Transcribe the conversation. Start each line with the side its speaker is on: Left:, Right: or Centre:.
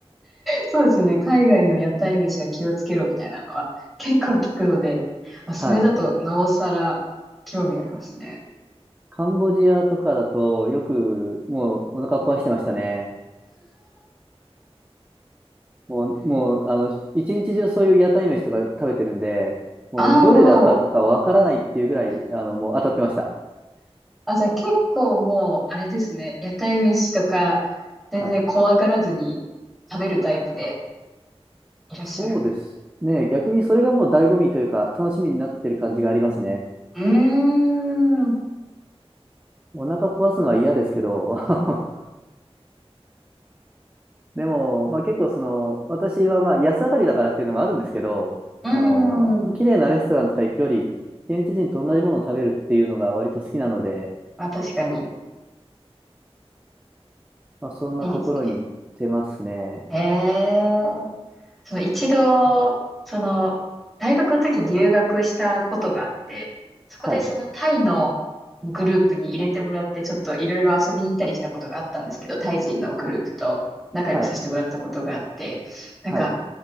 Centre: そうですよね。海外の屋台飯は気をつけろみたいなのは結構聞くので、まあ、それだとなおさら興味ありますね。
Right: はい。カンボジアとかだと、よく、もう、お腹壊してましたね。もう、もう、あの、一日中そういう屋台飯とか食べてるんで、もう、
Centre: ああ、
Right: どれで当たったかわからないっていうぐらい、
Centre: もう、
Right: あの、もう当たってました。
Centre: あ、じゃあ結構もう、あれですね。屋台飯とか、全然怖がらずに食べるタイプで
Right: はい。
Centre: いらっしゃる。
Right: そうです。ね、逆にそれがもう醍醐味というか、楽しみになってる感じがありますね。
Centre: うーん、<laughs> う
Right: お腹壊すのは嫌ですけど、<laughs> でも、まあ結構その、私はまあ安上がりだからっていうのもあるんですけど、
Centre: ーん。
Right: あの、綺麗なレストランとか行くより、現地人と同じものを食べるっていうのが割と好きなので、
Centre: まあ、確かに。
Right: まあそんなところに行ってますね。
Centre: いいですね。ええその一度、
Right: あ
Centre: その、大学の時に留学したことがあって、そこでそのタイのグループに入れてもらって、
Right: はい。
Centre: ちょっといろいろ遊びに行ったりしたことがあったんですけど、タイ人のグループと仲良くさせてもらったことがあって、
Right: はい。はい
Centre: なんか、
Right: はい。